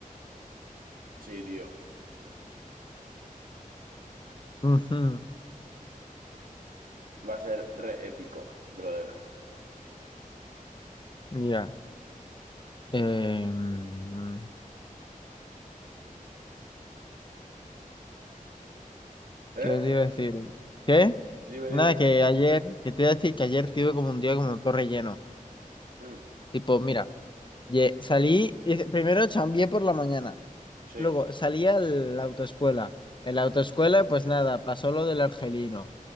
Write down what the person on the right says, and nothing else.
Sí, tío.
Va a ser re épico, brother.
¿Eh?
Dime,
dime.
Mm,
sí.